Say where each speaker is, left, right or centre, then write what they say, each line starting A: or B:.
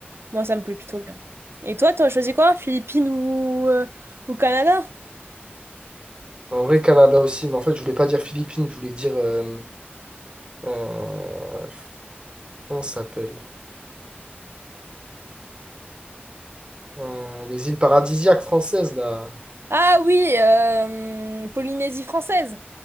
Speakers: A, on the right; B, on the right.
A: Moi, ça me plaît plutôt bien. Et toi, t'as choisi quoi? Philippines ou, euh, ou Canada?
B: En vrai, Canada aussi, mais en fait, je voulais pas dire Philippines, je voulais dire. euh, euh, comment ça s'appelle? Euh, les îles paradisiaques françaises, là.
A: Ah oui, euh, Polynésie française.